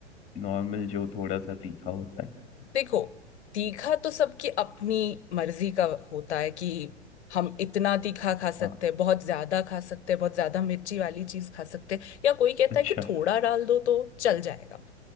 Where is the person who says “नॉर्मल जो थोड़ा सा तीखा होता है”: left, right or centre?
Left